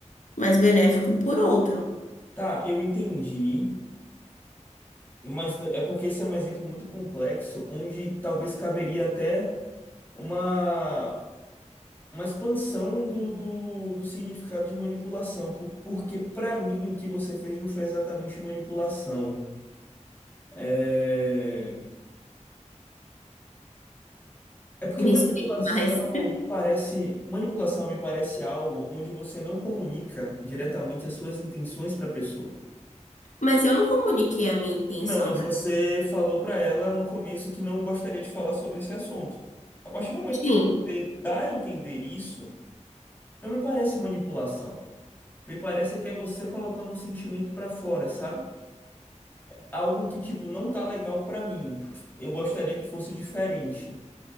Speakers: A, on the left (about 75°); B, on the left (about 15°).
A: mas benéfico por outro.
B: Tá, eu entendi. Mas é porque esse é um exemplo muito complexo, onde talvez caberia até uma, uma expansão do, do, do significado de manipulação, por- porque para mim o que você fez não foi exatamente manipulação. É, é porque
A: Me
B: manipulação
A: explique mais. <laughs>
B: me parece, manipulação me parece algo onde você não comunica diretamente as suas intenções para a pessoa.
A: Mas eu não comuniquei a minha intenção
B: Não, mas
A: para
B: você falou para ela no começo que não gostaria de falar sobre esse assunto. A partir do momento
A: sim,
B: que você dá a entender isso, não me parece manipulação. Me parece que é você colocando um sentimento para fora, sabe? Algo que, tipo, não tá legal para mim. Eu gostaria que fosse diferente.